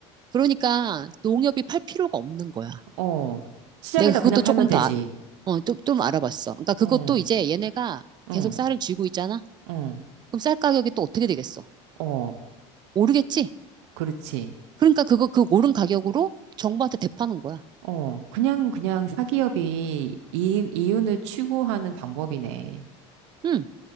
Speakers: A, on the right; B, on the right.
A: 그러니까 농협이 팔 필요가 없는 거야.
B: 어. 시장에다
A: 내가 그것도
B: 그냥 팔면
A: 조금
B: 되지.
A: 더, 아- 어, 좀, 좀 알아봤어. 그러니까 그것도
B: 어,
A: 이제 얘네가
B: 응,
A: 계속 쌀을 쥐고 있잖아?
B: 응,
A: 그럼 쌀 가격이 또 어떻게 되겠어?
B: 어.
A: 오르겠지?
B: 그렇지.
A: 그러니까 그거, 그 오른 가격으로 정부한테 대파는 거야.
B: 어. 그냥, 그냥 사기업이 이, 이윤을 추구하는 방법이네.
A: 응.